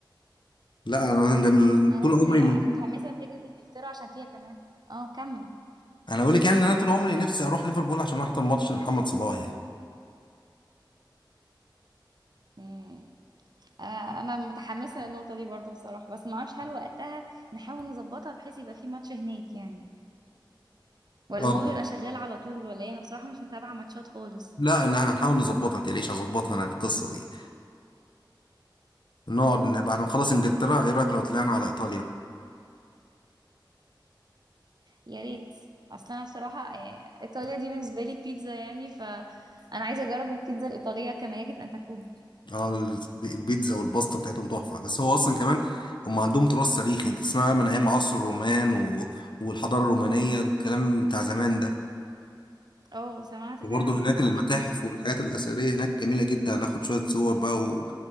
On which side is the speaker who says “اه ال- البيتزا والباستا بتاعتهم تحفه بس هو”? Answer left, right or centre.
Left